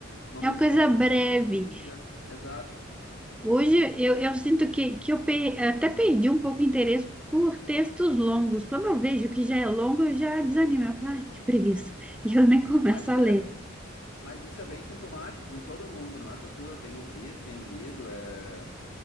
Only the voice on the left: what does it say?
uma
manchete,
notícia. Exato.
Mas
é,
mas isso é bem sintomático com todo mundo, não é só tu. Eu tenho visto, tenho lido, é,